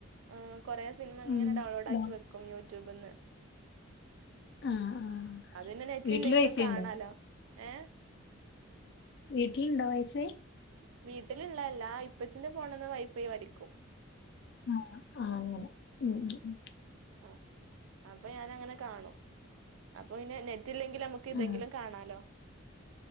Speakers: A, on the right; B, on the left.
A: ആ കൊറേ സിനിമങ്ങനെ
B: ഉം.
A: ഡൗൺലോഡാക്കി
B: ഇണ്ടോ?
A: വെക്കും യൂട്യൂബ്ന്ന്‌.
B: ആ, ആ.
A: അത് <unintelligible> ന്നെ നെറ്റ്ല്ലെങ്കിലും
B: വീട്ടില് വൈഫൈ
A: കാണാലോ
B: ഉണ്ടോ?
A: ഏ.
B: വീട്ടില്ണ്ടോ വൈ ഫൈ?
A: വീട്ട്ല്ള്ളല്ല ഇപ്പച്ചിന്റെ ഫോണ്ന്ന്‌ വൈ ഫൈ വലിക്കും.
B: ആ ആ അങ്ങനെ ഉം. <unintelligible>
A: ആ അപ്പ ഞാനങ്ങനെ കാണും അപ്പൊ പിന്നെ നെ. <unintelligible> ല്ലെങ്കിൽ നമ്ക്ക് ഇതെങ്കിലും
B: ആ,
A: കാണാലോ?